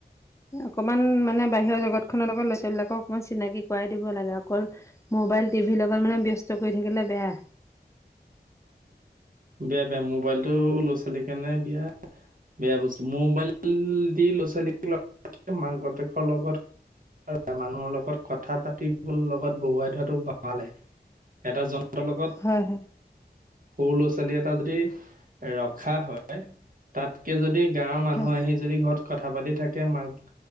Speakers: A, on the left; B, on the right.
A: অকমান মানে বাহিৰৰ জগত খনৰ লগত ল'ৰা ছোৱালীবলাকক অকমান চিনাকি কৰাই দিব লাগে অকল মোবাইল টিভিৰ লগত মানে ব্যস্ত কৰি থাকিলে বেয়া
B: বেয়া, বেয়া মোবাইলটো ল'ৰা ছোৱালীৰ কাৰণে বিয়াপ বেয়া বস্তু মোবাইল দি ল'ৰা ছোৱালী লগ মাক বাপেকৰ লগত মানুহৰ লগত কথা পাতিব লগত বহুৱাই থোৱাটো বহালে এটা জন সিহঁতৰ লগত
A: হয় হয়
B: সৰু লপ এটা যদি ৰখা হয় তাতকে যদি গাঁৱৰ মানুহ
A: হয়।
B: আহি যদি ঘৰত কথা পাতি থাকে মাক